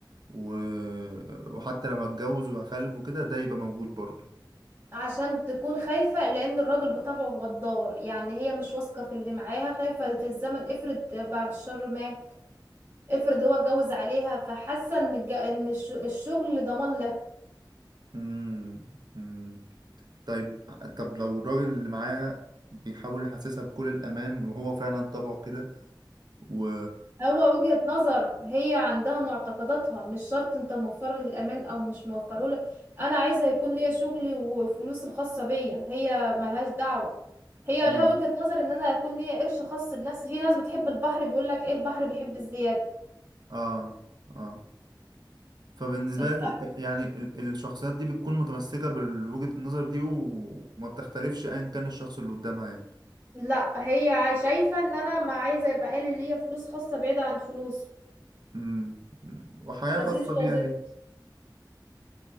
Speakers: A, on the right (about 60°); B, on the right (about 25°).
A: و... وحتى لو هتجوز وهخلف وكده ده يبقى موجود برضه
B: عشان تكون خايفة لان الراجل بطبعه غدار يعني هي مش واثقة في اللي معاها خايفة في الزمن افرض بعد الشر مات افرض هو اتجوز عليها فحاسة ان الج- إن الش- الشغل ضمان لها
A: امم طيب طب لو الراجل اللي معاه بيحاول يحسسها بكل الأمان وهو فعلا طبعه كده و
B: هو وجهة نظر هي عندها معتقداتها مش شرط انت موفر لي الامان او مش موفره لي انا عايزه يكون ليا شغلي وفلوس الخاصه بيا هي ملهاش دعوه هي
A: مم.
B: لها وجهة نظر ان انا يكون ليا قرش خاص بنفسي في ناس بتحب البحر بيقول لك ايه البحر بيحب الزياده
A: آه آه فبالنسبة
B: الب-
A: لك يعني ال- الشخصيات دي بتكون متمسكة بوجهة النظر دي وما بتختلفش أيا كان الشخص اللي قدامها يعني
B: لا هي عاي- شايفه ان انا ما عايزه يبقى إيه لي ليا فلوس خاصه بعيده عن فلوسه
A: مم. مم. وحياة
B: ما
A: خاصة
B: اسيبش
A: بيها
B: وظيفتي
A: هي